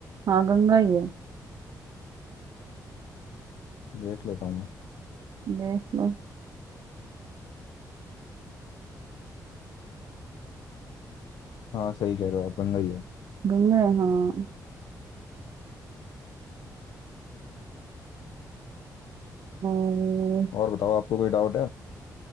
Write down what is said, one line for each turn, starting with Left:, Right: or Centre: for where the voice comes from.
Right: हाँ गंगा ही है
Left: देख लेता हूँ मैं
Right: देख लो
Left: हाँ सही कह रहे हो आप गंगा ही है
Right: गंगा है हाँ और
Left: और बताओ आपको कोई डाउट है